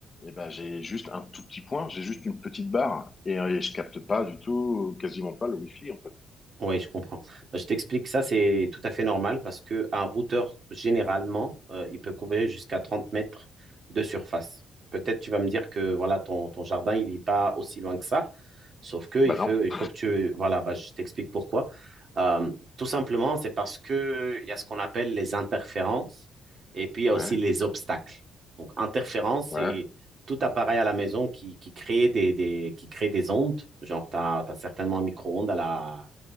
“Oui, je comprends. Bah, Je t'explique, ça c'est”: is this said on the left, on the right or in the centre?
Right